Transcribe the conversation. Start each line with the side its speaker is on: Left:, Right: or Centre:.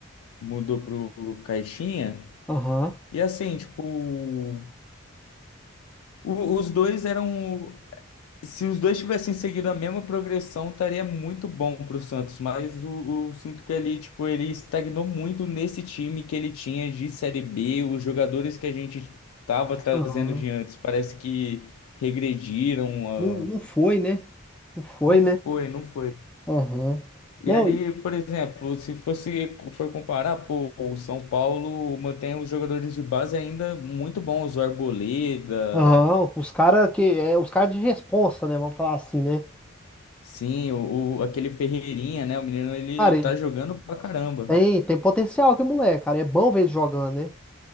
Left: mudou pro Caixinha.
Centre: Aham.
Left: E assim, tipo, o- os dois eram se os dois tivessem seguido a mesma progressão, estaria muito bom pro Santos, mas o, o sinto que ali, tipo, ele estagnou muito nesse time que ele tinha de Série B, os jogadores que a gente tava trazendo
Centre: Aham.
Left: de antes, parece que regrediram, ah,
Centre: Não, não foi, né? Não foi,
Left: não foi,
Centre: né?
Left: não foi.
Centre: Aham.
Left: E
Centre: Não.
Left: ali, por exemplo, se fosse for comparar, pô, o São Paulo mantém os jogadores de base ainda muito bons, o Arboleda,
Centre: Aham, os caras que. É, os caras de responsa, né? Vamos falar assim, né?
Left: sim, o, o- aquele Ferreirinha, né? O menino ele
Centre: Cara, e-
Left: tá jogando pra caramba.
Centre: tem, tem potencial que moleque, cara. É bom ver ele jogando, né?